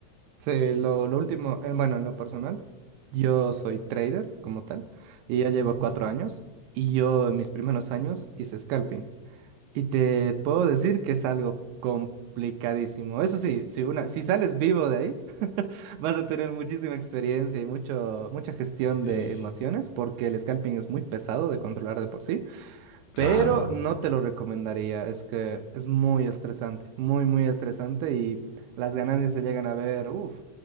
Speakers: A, on the right; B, on the left.
A: Sí, lo, lo último, eh, bueno, en lo personal, yo soy trader como tal y ya llevo
B: Ujú.
A: cuatro años y yo en mis primeros años hice scalping. Y te puedo decir que es algo complicadísimo. Eso sí, si una, si sales vivo de ahí, <laughs> vas a tener muchísima experiencia y mucho, mucha gestión
B: Sí,
A: de emociones, porque el scalping es muy pesado de controlar de por sí
B: claro,
A: pero no te lo recomendaría. Es que es muy estresante, muy, muy estresante y las ganancias se llegan a ver, uff,